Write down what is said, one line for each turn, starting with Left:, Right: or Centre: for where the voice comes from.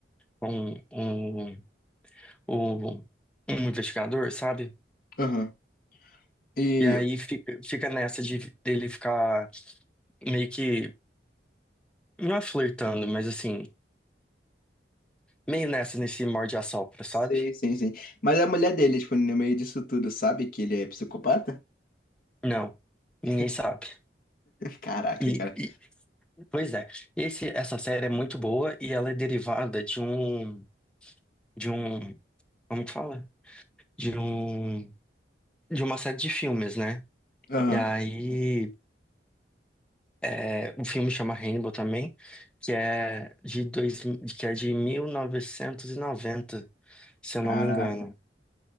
Centre: com o, o, um investigador, sabe?
Left: Aham. E.
Centre: E aí fica, fica nessa de dele ficar meio que, não é flertando, mas assim, meio nessa, nesse morde-a-sopra, sabe?
Left: Sim, sim, sim. Mas a mulher dele, tipo, no meio disso tudo, sabe que ele é psicopata?
Centre: Não, ninguém
Left: <laughs>
Centre: sabe.
Left: Caraca,
Centre: E,
Left: cara.
Centre: e- pois é, esse, essa série é muito boa e ela é derivada de um, de um, como que fala? De um, de uma série de filmes, né?
Left: Aham.
Centre: E aí, é, o filme chama Rainbow também, que é de dois, que é de 1990 se eu
Left: Caraca.
Centre: não me engano.